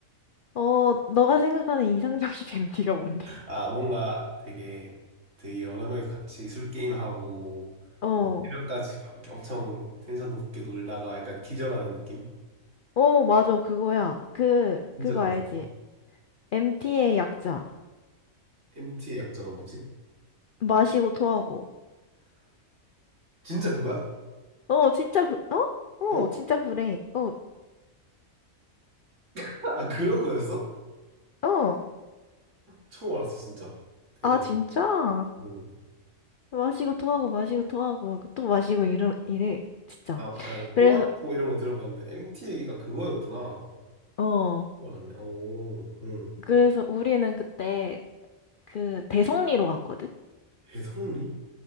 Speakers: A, on the left; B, on the right.
A: 어, 너가 생각하는 이상적인 <laughs> MT가 뭔데?
B: 아 뭔가 되게 되게 여러 명이 같이 술 게임 하고
A: 어.
B: 새벽까지 막 엄청 텐션 높게 놀다가 약간 기절하는 느낌?
A: 어, 맞아, 그거야. 그,
B: 진짜
A: 그거
B: 그랬어.
A: 알지? MT의 약자.
B: MT의 약자가 뭐지?
A: 마시고 토하고.
B: 진짜 그거야?
A: 어, 진짜 그, 어?
B: 어?
A: 어, 진짜 그래. 어,
B: <laughs> 아 그런 거였어?
A: 어? 어.
B: 처음 알았어 진짜. 대박.
A: 아, 진짜?
B: 응.
A: 마시고 토하고 마시고 토하고 또 마시고 이러, 이래. 진짜.
B: 아 약간 토마토
A: 그래서,
B: 이런 거 들어봤는데 MT가 그거였구나.
A: 어.
B: 알았네. 오, 응.
A: 그래서 우리는 그때 그 대성리로 갔거든?
B: 대성리?